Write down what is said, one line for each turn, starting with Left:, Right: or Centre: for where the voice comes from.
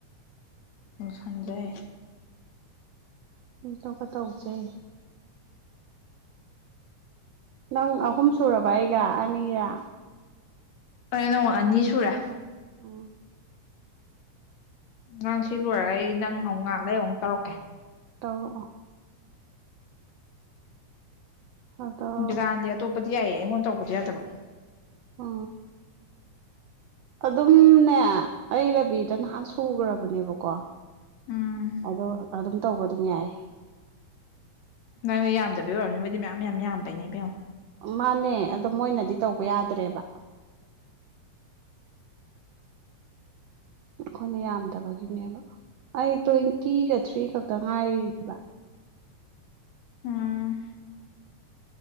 Left: ꯎꯝ ꯈꯟꯖꯩ
Right: ꯑꯇꯣꯞꯄ ꯇꯧꯖꯦ ꯅꯪ ꯑꯍꯨꯝ ꯁꯨꯔꯕ ꯑꯩꯒ ꯑꯅꯤꯔ
Left: ꯍꯣꯏ ꯅꯪꯒ ꯑꯅꯤ ꯁꯨꯔꯦ
Right: ꯑꯣ
Left: ꯅꯪ ꯁꯤ ꯂꯣꯏꯔ ꯑꯩ ꯅꯪ ꯑꯃꯨꯛ ꯉꯥꯛ ꯂꯩ ꯑꯃꯨꯛ ꯇꯧꯔꯛꯀꯦ
Right: ꯇꯧꯔꯛꯑꯣ ꯑꯗꯣ
Left: ꯕꯤꯗꯥꯟꯗꯤ ꯑꯇꯣꯞꯄꯗꯤ ꯌꯥꯏꯌꯦ ꯑꯩꯉꯣꯟꯗ ꯇꯧꯔꯛꯗꯤ ꯌꯥꯗꯕ
Right: ꯑ ꯑꯗꯨꯝꯅꯦ ꯑꯩ ꯔꯥꯕꯤꯗ ꯅꯍꯥꯟ ꯁꯨꯈ꯭ꯔꯕꯅꯦꯕꯀꯣ
Left: ꯎꯝ
Right: ꯑꯗꯣ ꯑꯗꯨꯝ ꯇꯧꯕ ꯑꯗꯨꯝ ꯌꯥꯏ
Left: ꯅꯪꯅ ꯌꯥꯝꯗꯕ ꯑꯣꯏꯔꯕꯅꯤ ꯃꯣꯏꯗꯤ ꯃꯌꯥꯝ ꯌꯥꯝ ꯌꯥꯝꯕꯩꯅꯦ ꯏꯕꯦꯝꯉꯣ
Right: ꯃꯥꯅꯦ ꯑꯗꯣ ꯃꯣꯏꯅꯗꯤ ꯇꯧꯕ
Left: ꯇ
Right: ꯌꯥꯗ꯭ꯔꯦꯕ <inaudible> ꯑꯩꯈꯣꯏꯅ ꯌꯥꯝꯗꯕꯒꯤꯅꯦꯕ ꯑꯩ ꯇ꯭ꯋꯦꯟꯇꯤꯒ ꯊ꯭ꯔꯤ ꯈꯛꯇ ꯉꯥꯏꯔꯝ
Left: ꯎꯝ